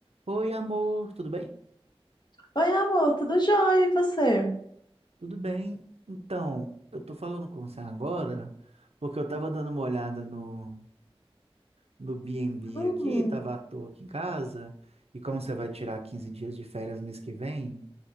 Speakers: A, on the right; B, on the left.
A: Oi, amor, tudo bem?
B: Oi, amor, tudo jóia? E você?
A: Tudo bem. Então, eu tô falando com você agora porque eu tava dando uma olhada no, no B&B
B: Hum,
A: aqui, tava à toa aqui em casa, e como você vai tirar 15 dias de férias mês que vem,